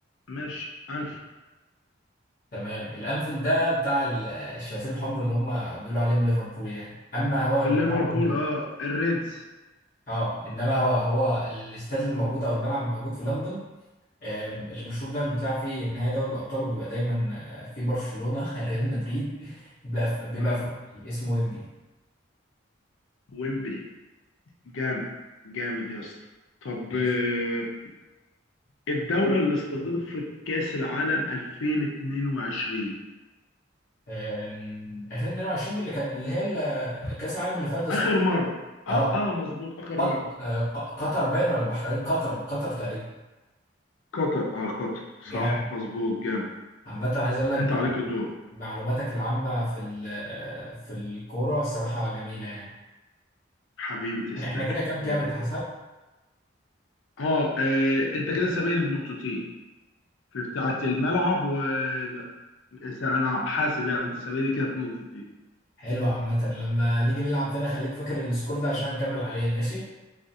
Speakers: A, on the left; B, on the left.
A: ماشي انف
B: تمام الانفيلد ده بتاع ال- الشياطين الحمر اللي هم بيقولوا عليهم ليفربول يعني اما هو
A: ليفربول
B: بتاع ويمبلي
A: اه الريدز
B: اه انما هو هو الاستاد الموجود او الملعب الموجود في لندن آم، المشهور ده بيتلعب في نهائي دوري الأبطال وبيبقى دايما آه، في برشلونة <laughs> ريال مدريد بيبقى في بيبقى
A: اه
B: في ويمبلي اسمه ويمبلي
A: ويمبلي جامد جامد يا اسطى طب
B: ماشي
A: آه، الدولة اللي استضافت كأس العالم 2022
B: آم، 2022 دي اللي كان اللي هي ال- كأس العالم اللي فات ده صح؟
A: آخر مرة اه
B: اه
A: اه مظبوط آخر
B: قط-
A: مرة
B: آه، ق- قطر باين ولا البحرين قطر قطر تقريبا
A: قطر اه قطر
B: جامد
A: صح مظبوط جامد
B: عامة عايز أقول لك
A: انت عليك الدور
B: معلوماتك العامة في ال- في الكورة الصراحة جميلة يعني
A: حبيبي تسلق
B: احنا احنا كده كام
A: حبيبي
B: كام انت
A: الرأي.
B: حسب؟
A: اه آه، انت كده سابقني بنقطتين في بتاعة الملعب و ده. بس انا حاسب يعني انت سابقني كده بنقطتين
B: حلو عامة لما نيجي نلعب تاني خليك فاكر السكور ده عشان هنكمل عليه ماشي